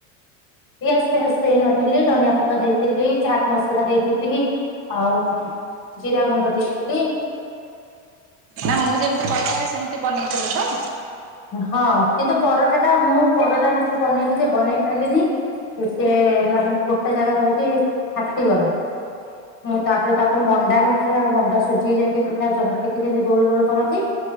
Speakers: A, on the left; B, on the right.
A: ଏ ଆସ୍ତେ ଆସ୍ତେ ହେ ନଥିଲି ଧନିଆ ପତ ଦେଇଥିଲି ଚାଟ ମସଲା ଦେଇଥିଲି ଆଉ ଜିରା ଗୁଣ୍ଡ ଦେଇଥିଲି।
B: ନା ମୁଁ ଯେମିତି କହିଥିଲି ସେମିତି ବନେଇଥିଲେ ତ।
A: ହଁ କିନ୍ତୁ ପରଟା ଟା ମୁଁ ପରଟା ନାଖେ ବନେଇଲି ଯେ ବନେଇ ପାଇଲିନି ସି ହେଲା ଗୋଟେ ଜାଗା ରହିକି ଫାଟିଗଲା ମୁଁ ତାପରେ ତାକୁ ମଣ୍ଡା ନାଖଆ ମଣ୍ଡା ସୁଝିକି ଯେମତି ପିଠା ଜମିତିି ଯେମତି ଗୋଲ ଗୋଲ କରନ୍ତି।